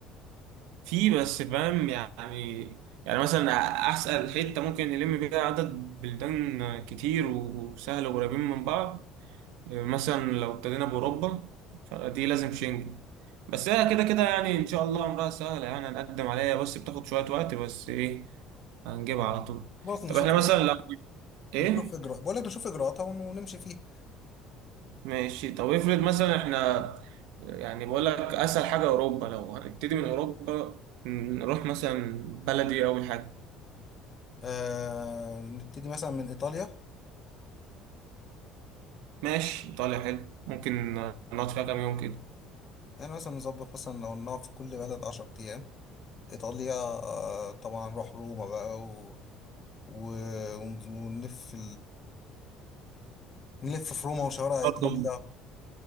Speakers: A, on the right (about 85°); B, on the left (about 40°).
A: في بس فاهم يعني يعني مثلا أسأل حتة ممكن نلم بيها عدد بلدان كتير وسهل وقريبين من بعض مثلا لو ابتدينا بأوروبا فدي لازم شنجن بس هي كده كده يعني إن شاء الله أمرها سهلة يعني هنقدم عليها بس بتاخد شوية وقت بس إيه هنجيبها على طول
B: خلاص نشوف
A: طب إحنا مثلا لو إيه
B: نشوف اجراء بقول لك نشوف اجراءاتها ون- ونمشي فيها
A: ماشي طب افرض مثلا إحنا يعني بقول لك أسهل حاجة أوروبا لو هنبتدي من أوروبا نروح مثلا بلدي أول حاجة
B: آه نبتدي مثلا من ايطاليا
A: ماشي إيطاليا حلو ممكن نقعد فيها كام يوم كده
B: يعني مثلا نظبط مثلا لو نقعد في كل بلد 10 ايام ايطاليا آه طبعا نروح روما بقى و... و... ونلف نلف في روما وشوارع ايطاليا
A: برضه